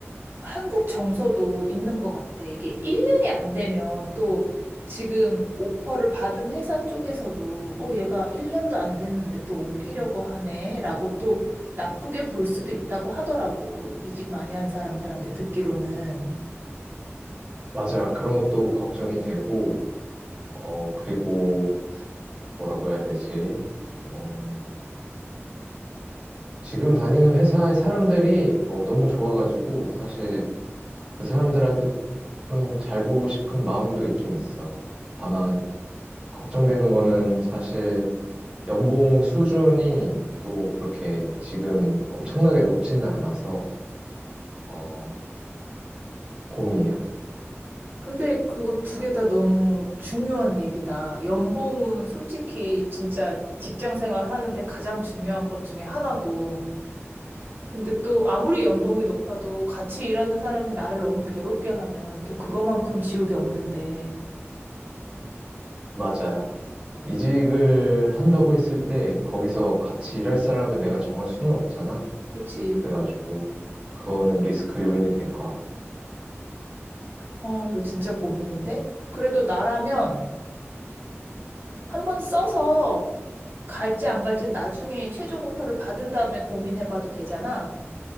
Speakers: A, on the right; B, on the right.
A: 한국 정서도 있는 것 같아. 이게 1년이 안 되면 또 지금 오퍼를 받은 회사 쪽에서도 어, 얘가 1년도 안 됐는데 또 옮기려고 하네 라고 또 나쁘게 볼 수도 있다고 하더라고. 이직 많이 한 사람들한테 듣기로는.
B: 맞아. 그런 것도 걱정이 되고, 어, 그리고, 뭐라고 해야 되지? 어, 지금 다니는 회사의 사람들이 어, 너무 좋아가지고 사실 그 사람들한테 좀 잘 보고 싶은 마음도 있긴 있어. 다만 걱정되는 거는 사실 연봉 수준이 또 그렇게 지금 엄청나게 높지는 않아서 어, 고민이야.
A: 근데 그거 두 개 다 너무 중요한 얘기다. 연봉은 솔직히 진짜 직장 생활 하는데 가장 중요한 것 중에 하나고. 근데 또 아무리 연봉이 높아도 같이 일하는 사람이 나를 너무 괴롭게 하면 또 그거만큼 지옥이 없는데.
B: 맞아. 이직을 한다고 했을 때 거기서 같이 일할 사람을 내가 정할 수는 없잖아.
A: 그치.
B: 그래가지고 그거는 리스크 요인이 될 것
A: 아, 이거 진짜 고민인데? 그래도 나라면 한번 써서 갈지 안 갈지 는 나중에 최종 오퍼를 받은 다음에 고민해봐도 되잖아.